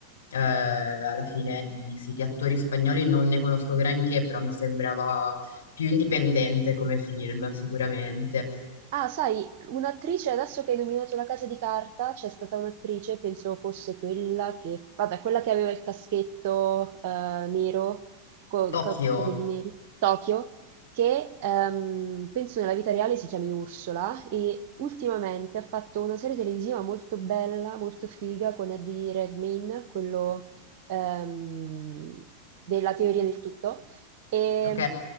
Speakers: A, on the left; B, on the right.
A: Eh, alla fine di, sì, di attori spagnoli non ne conosco granché, però mi sembrava più indipendente come film sicuramente.
B: Ah, sai, un'attrice, adesso che hai nominato La Casa di Carta, c'è stata un'attrice, penso fosse quella che, vabbè, quella che aveva il caschetto eh, nero, con
A: Tokyo,
B: capelli neri, Tokyo, che ehm, penso nella vita reale si chiami Ursula e ultimamente ha fatto una serie televisiva molto bella, molto figa con Eddie Redmayne, quello ehm, della teoria del tutto. E,
A: ok?